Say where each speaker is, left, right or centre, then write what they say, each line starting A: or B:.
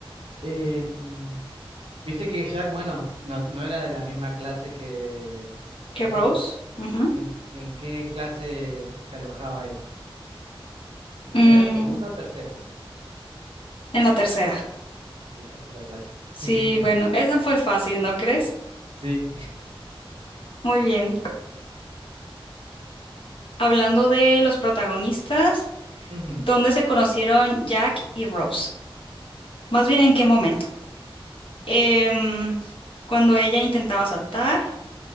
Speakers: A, on the right; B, on the left.
A: Em, Viste que Jack, bueno, no, no era de la misma clase que,
B: ¿Qué
A: que Rose.
B: Rose? Ujú.
A: ¿En, en qué clase se alojaba él? ¿Primera,
B: Mm,
A: segunda o tercera?
B: en la tercera.
A: Sí, tercera clase.
B: Sí,
A: Sí, sí,
B: bueno, eso fue fácil, ¿no crees?
A: sí.
B: Muy bien. Hablando de los protagonistas,
A: Ujú.
B: ¿dónde se conocieron Jack y Rose? Más bien, ¿en qué momento? Em, cuando ella intentaba saltar,